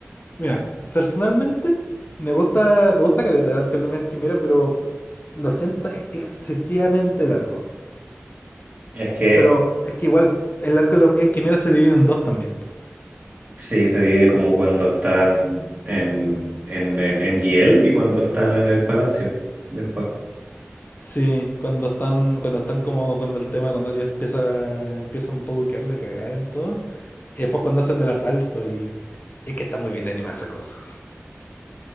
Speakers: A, on the left; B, on the right.
A: Mira, personalmente me gusta, me gusta caleta el Arca de Luminas Quimera, pero lo siento, es excesivamente largo.
B: Es que
A: Pero es que igual el Arca de Luminas Quimera se divide en dos también.
B: sí, se divide como cuando están en, en, en, en GL y cuando están en el palacio después.
A: Sí, cuando están, cuando están como, cuando el tema, cuando ya empieza, empieza un poco a quedar la cagada en todo, y después cuando hacen el asalto y es que está muy bien animada esa cosa.